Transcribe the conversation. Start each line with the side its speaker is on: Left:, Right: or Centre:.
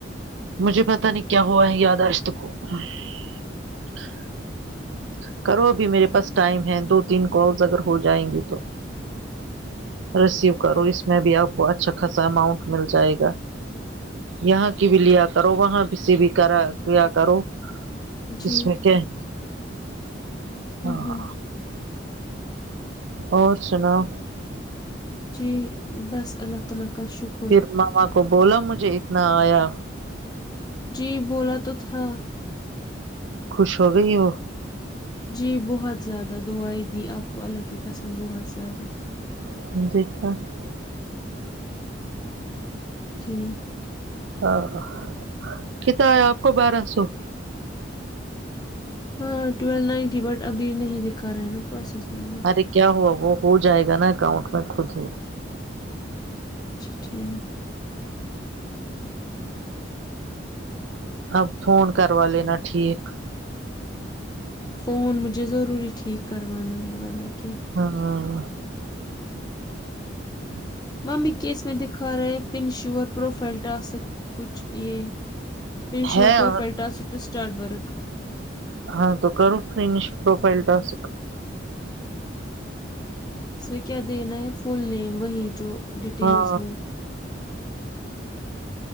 Right: مجھے پتا نہیں کیا <unintelligible> کرو ابھی میرے پاس ٹائم ہے دو تین کالز اگر ہو جائیں گی تو ریسیو کرو اس میں بھی آپ کو اچھا خاصا اماؤنٹ مل جائے گا یہاں کی بھی لیا کرو وہاں سے بھی کرا کیا کرو
Left: جی
Right: اس میں کیا ہے
Left: ہ
Right: ہاں
Left: ہ
Right: اور سناؤ
Left: جی بس اللہ تعالی کا شکر
Right: پھر ماما کو بولو مجھے اتنا آیا
Left: جی بولا تو تھا
Right: خوش ہوگئی وہ
Left: جی بہت زیادہ دعائی دی آپ کو اللہ کی قسم بہت زیادہ
Right: <unintelligible>
Left: جی
Right: ہاں ہاں کتنا آیا آپ کو بارہ سو
Left: ہاں ٹویلو نائنٹی بٹ ابھی نہیں دکھا رہا ہے ناں پروسیسنگ میں
Right: ارے کیا ہوا وہ ہوجائے گا ناں اکاؤنٹ میں خود ہی
Left: اچھا ٹھیک
Right: اب فون کروا لینا ٹھیک
Left: فون مجھے ضروری ٹھیک کروانا ہے ورنہ کیا
Right: ہاں <inaudible>
Left: ممی کیس میں دکھا را ہے فنش یور پروفائل ٹاسک کچھ یہ فنش
Right: ہے
Left: یور profile
Right: اور
Left: task to start work
Right: ہاں تو کرو فنش پروفائل ٹاسک
Left: اس میں کیا دینا ہے فل نیم وہی جو ڈیٹیلس
Right: ہاں
Left: وہ